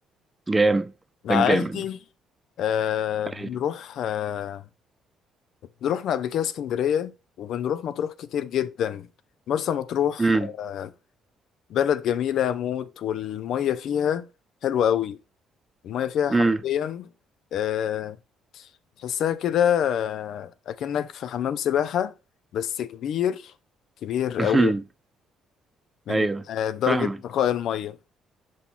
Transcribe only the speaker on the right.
جامد
ده
الجامد ده
ايوه
امم
امم
<laughs>
ايوه
فاهمك